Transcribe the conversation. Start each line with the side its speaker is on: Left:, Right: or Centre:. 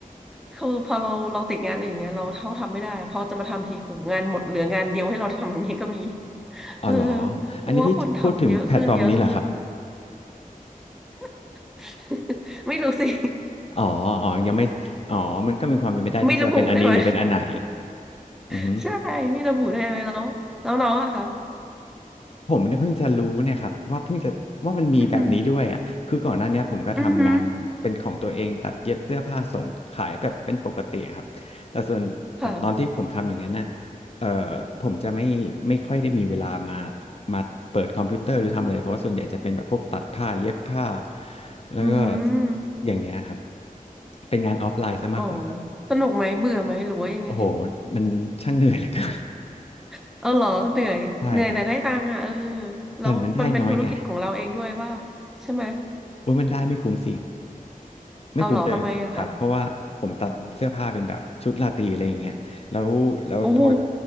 Centre: คือพอเราเราติดงานอื่นเงี้ยเราเท่าทำไม่ได้พอจะมาทำทีโหงานหมดเหลืองานเดียวให้เราทำอย่างเงี้ยก็มี
Left: อ๋อหรอ
Centre: เออเพราะว่าคนทำเยอะขึ้นเยอะขึ้น
Left: อันนี้พี่พูดถึงแพลตฟอร์มนี้เหรอครับ
Centre: <laughs> ไม่รู้สิ
Left: อ๋ออ๋อยังไม่อ๋อมันก็มีความเป็นไปได้ที่จะเป็นอันนี้หรือเป็นอันไหน
Centre: ไม่ระบุได้ไหม <laughs>
Left: อือฮึ
Centre: ใช่ไม่ระบุได้ไหมแล้วแล้วน้องอะค่ะ
Left: ผมเนี่ยเพิ่งจะรู้เนี่ยครับว่าเพิ่งจะว่ามันมีแบบนี้ด้วยอะคือก่อนหน้าเนี้ยผมก็ทำงานเป็นของตัวเองตัดเย็บเสื้อผ้าส่งขายแบบเป็นปกติอะครับแต่ส่วนแต่ตอนที่ผมทำอย่างนั้นน่ะ
Centre: อืมอือฮึค่ะ
Left: เอ่อผมจะไม่ไม่ค่อยได้มีเวลามามาเปิดคอมพิวเตอร์หรือทำอะไรเพราะว่าส่วนใหญ่จะเป็นแบบพวกตัดผ้าเย็บผ้าแล้วก็
Centre: อืม
Left: อย่างเนี้ยครับเป็นงานออฟไลน์ซะมากกว่า
Centre: อ๋อสนุกไหมเบื่อไหมหรือว่ายังไง
Left: โอ้โหมันช่างเหนื่อยเหลือเกิน
Centre: <laughs> เอาเหรอเหนื่อยเหนื่อยแต่ได้ตังค์อ่ะเออ
Left: ใช่ครับ
Centre: แล้วมันเป็นธุรกิจของเราเองด้วยว่า
Left: แต่มันได้น้อยไง
Centre: ใช่ไหม
Left: โอ้ยมันได้ไม่คุ้มสิ ไม่คุ้มเลยแหละครับ
Centre: เอาเหรอทำไมอะคะ
Left: เพราะว่าผมตัดเสื้อผ้าเป็นแบบชุดราตรีอะไรอย่างเงี้ยแล้วแล้วพอ
Centre: อืมโอ้โห